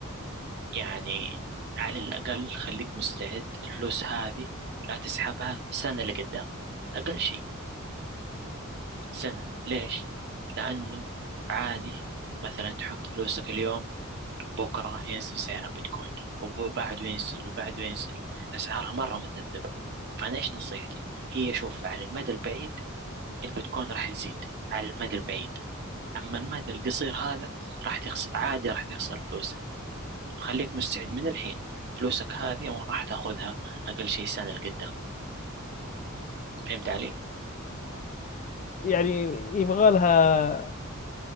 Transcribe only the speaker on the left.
يعني يبغى لها